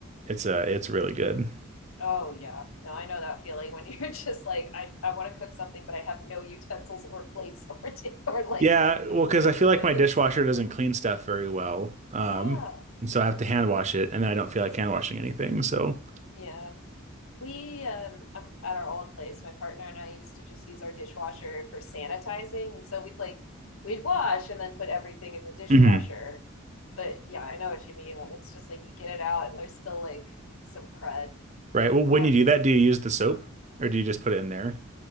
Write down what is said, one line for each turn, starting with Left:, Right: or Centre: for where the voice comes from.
Right: it's uh, it's really good.
Left: Oh yeah. No, I know that feeling when <laughs> you're just like, I I want to cook something, but I have no utensils or plates <laughs> or t- or like
Right: Yeah, well, because
Left: cooking
Right: I feel like
Left: things.
Right: my dishwasher doesn't clean stuff very well, um,
Left: Yeah.
Right: and so I have to hand wash it, and then I don't feel like hand washing anything. So,
Left: Yeah. We um um, at our old place, my partner and I used to just use our dishwasher for sanitizing, and so we'd like we'd wash and then put everything in the dishwasher.
Right: Mhm.
Left: But yeah, I know what you mean when it's just like you get it out and there's still like some crud.
Right: right. Well, when
Left: Um
Right: you do that, do you use the soap or do you just put it in there?